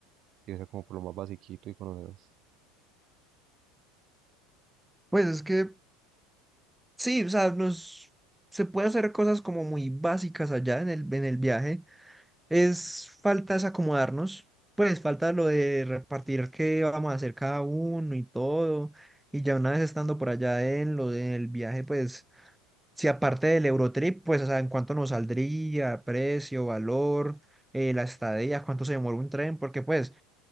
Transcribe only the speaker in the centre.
Pues es que sí, o sea, nos, se puede hacer cosas como muy básicas allá en el, en el viaje. Es falta es acomodarnos, pues falta lo de repartir qué vamos a hacer cada uno y todo. Y ya una vez estando por allá en lo del viaje, pues si aparte del Eurotrip, pues o sea, en cuánto nos saldría, precio, valor, eh, la estadía, cuánto se demora un tren, porque pues...